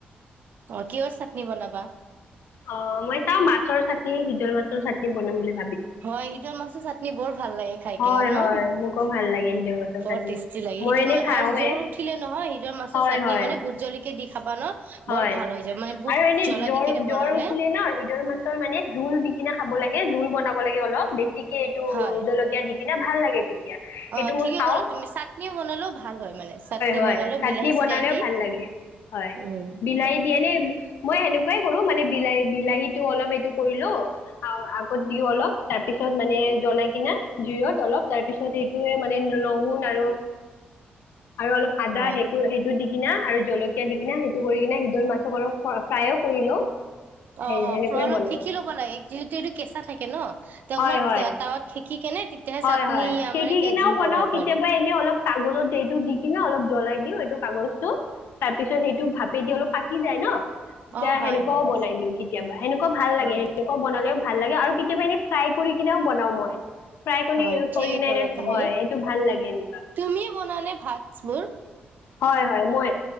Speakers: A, on the right; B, on the left.
A: অ' কিহৰ চাটনি বনাবা?
B: অ' মই চাওঁ, মাছৰ চাটনি- হিদল মাছৰ চাটনি বনাম বুলি ভাবিছোঁ।
A: হয়, হিদল মাছৰ চাটনি বৰ ভাল লাগে খাই
B: হয়
A: কেনে ন'?
B: হয় মোকো ভাল লাগে হিদল মাছৰ
A: বৰ
B: চাটনি
A: টেষ্টি লাগে।
B: মই
A: হিদল
B: এনে
A: মা-
B: খাওঁৱে
A: আৰু জ্বৰ উঠিলে নহয়, হিদল মাছৰ
B: হয়
A: চাটনি
B: হয়
A: মানে ভূত জলকীয়া দি খাবা ন'
B: হয়।
A: বৰ ভাল হৈ যায় মানে বুট
B: আৰু এনেই
A: জ্বলা
B: জ্বৰ
A: দি কেনে
B: - জ্বৰ
A: বনালে
B: উঠিলে ন', হিদল মাছৰ মানে জোল দি কিনে খাব লাগে। জোল বনা ব লাগে অলপ। বে ছিকে এইটো
A: হয়।
B: জলকীয়া দি এনেই ভাল লাগে তেতিয়া। সেইটো
A: অ
B: মই
A: ঠিকে
B: খাওঁ
A: কলা তুমি চাটনি বনালেও ভাল হয়। মানে চাটনি
B: হয়
A: বনালে
B: চাটনি
A: বিলাহী
B: বনালেও
A: চিলাহী দি
B: ভাল লাগে হয়
A: ওঁম।
B: বিলাহী দিয়ে নে, মই সেনেকুৱাই কৰোঁ মানে। বিলাহী বিলাহীটো অলপ এইটো কৰি লওঁ। আগত দিওঁ অলপ তাৰপিছত মানে জ্বলাই কিনে জুইত অলপ তাৰপিছত এইটোয়ে মানে লহুন আৰু। আৰু অলপ আদা
A: হয়
B: সেইটো সেইটো দি কি। না আৰু জলকীয়া দিকিনে। গৈকিনে সিদল মাছক অলপ ফ্ৰাইও কৰি লওঁ। সেই
A: অঁ অঁ
B: সেনেকৈয়ে
A: ফ্ৰ অলপ
B: বনাওঁ
A: হেকি ল'ব লাগে ন, যিহেতু এইটো কেঁচা থাকে ন। তাক
B: হয়
A: মই
B: হয়
A: তাৱাত হেকী। কি কেনে। তেতিয়াহে
B: হয়
A: চাটনি
B: হয় সেকি
A: মানে
B: কিনেও
A: জোল
B: বনাওঁ।
A: বনাব
B: কেতিয়াবা
A: পাৰি
B: এনে অলপ কাগজতো দি কিনে অলপ জলাই দিওঁ। কাগজটো তাৰ পিছত সেইটো ভাপেদি অলপ পাকি যায় ন। তেতিয়া
A: অ হয়
B: সেনেকুৱাওঁ
A: হয়
B: বনাই দিওঁ। কেতিয়াবা সেনেকুৱা ভাল লাগে।
A: হয়
B: সেনেকুৱাও বনালেওঁ। ভাল লাগে আৰু কেতিয়াবা এনেই ফ্ৰাই কৰি কিনেওঁ বনাওঁ মই। ফ্ৰাই কৰি
A: হয় ঠিকেই
B: কৰি কিনে
A: ক'লা
B: এনে
A: তুমি।
B: হয় এইটো ভাল লাগে এনেকুৱা
A: তুমিয়ে বনোৱা ভাতবোৰ।
B: হয় হয় মই